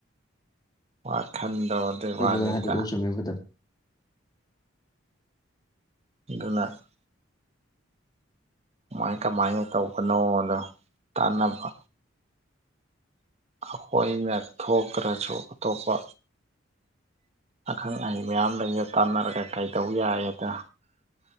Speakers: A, on the right; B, on the left.
A: ꯋꯥꯈꯟꯗꯧ ꯑꯗꯨꯩ
B: ꯍꯣꯏ
A: ꯋꯥꯅꯤꯗ
B: ꯕ꯭ꯔꯗꯔ <unintelligible>
A: <unintelligible> ꯀꯃꯥꯏ ꯀꯃꯥꯏꯅ ꯇꯧꯕꯅꯣꯗ ꯇꯥꯟꯅꯕ ꯑꯩꯈꯣꯏꯅ ꯊꯣꯛꯈ꯭ꯔꯁꯨ ꯑꯇꯣꯞꯄ ꯑꯈꯪ ꯑꯍꯩ ꯃꯌꯥꯝ ꯂꯩꯗ ꯇꯥꯟꯅꯔꯒ ꯀꯩꯗꯧꯕ ꯌꯥꯏꯗ